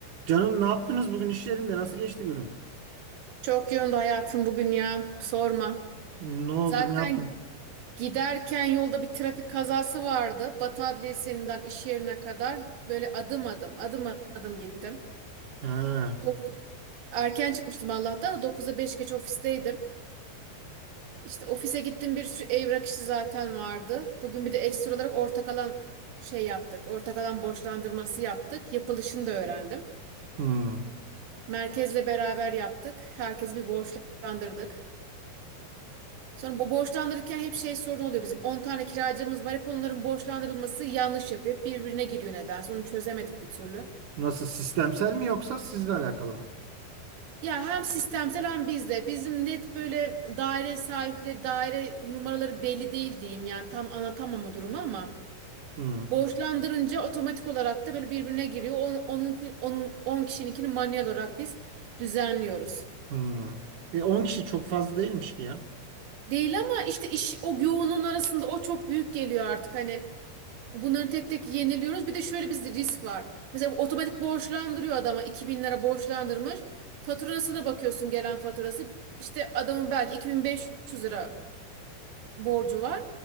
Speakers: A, on the right (about 65°); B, on the right (about 85°).
A: Canım ne yaptınız bugün iş yerinde? Nasıl geçti günün?
B: Çok yoğundu hayatım bugün ya. Sorma.
A: Ne oldu?
B: Zaten
A: Ne yaptın?
B: giderken yolda bir trafik kazası vardı. Batı Adliyesi'nden iş yerine kadar böyle adım adım adım adım gittim.
A: Ha.
B: Dok- Erken çıkmıştım Allah'tan da 9'a 5 geç ofisteydim. İşte ofise gittim bir sürü evrak işi zaten vardı. Bugün bir de ekstra olarak ortak alan şey yaptık. Ortak alan borçlandırması yaptık. Yapılışını da öğrendim.
A: Hmm.
B: Merkezle beraber yaptık. Herkesi bir borçlandırdık. Sonra bu borçlandırırken hep şey sorun oluyor bizim. 10 tane kiracımız var. Hep onların borçlandırılması yanlış yapıyor. Hep birbirine giriyor nedense. Onu çözemedik bir türlü.
A: Nasıl? Sistemsel mi yoksa sizle alakalı mı?
B: Ya hem sistemsel hem bizle. Bizim net böyle daire sahipleri, daire numaraları belli değil diyeyim. Yani tam anlatamam o durumu ama
A: Hmm.
B: borçlandırınca otomatik olarak da böyle birbirine giriyor. On, onun, onun, 10 kişininkini manuel olarak biz düzenliyoruz.
A: Hmm. E 10 kişi çok fazla değilmiş ki ya.
B: Değil ama işte iş o yoğunluğun arasında o çok büyük geliyor artık hani Bunların tek tek yeniliyoruz. Bir de şöyle bir risk var. Mesela otomatik borçlandırıyor adama 2000 lira borçlandırmış. Faturasına bakıyorsun gelen faturası. İşte adamın belki 2500 lira borcu var.